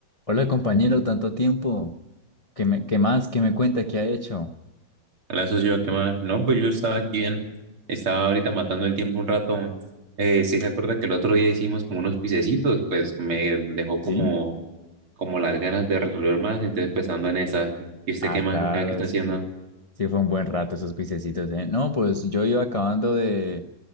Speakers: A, on the left (about 40°); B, on the right (about 85°).
A: Hola compañero, tanto tiempo. ¿Qué me- qué más? ¿Qué me cuenta? ¿Qué ha hecho?
B: Hola, socio, ¿qué más? No, pues yo estaba aquí bien. Estaba ahorita matando el tiempo un rato. Eh, sí se acuerda que el otro día hicimos como unos pisecitos, pues me dejó como,
A: ¿Sí?
B: como las ganas de resolver más, entonces pues ando en esa. ¿Y usted
A: Ah,
B: qué más?
A: claro,
B: ¿Qué, qué está
A: sí,
B: haciendo?
A: sí. Sí, fue un buen rato esos cuisecitos, ¿eh? No, pues yo iba acabando de,